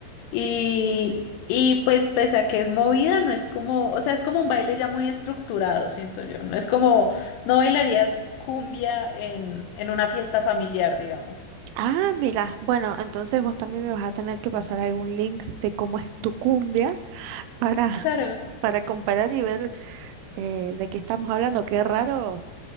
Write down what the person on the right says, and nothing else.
Ah, mira, bueno, entonces vos también me vas a tener que pasar algún link de cómo es tu cumbia para, <laughs>
para comparar y ver eh, de qué estamos hablando. Qué raro,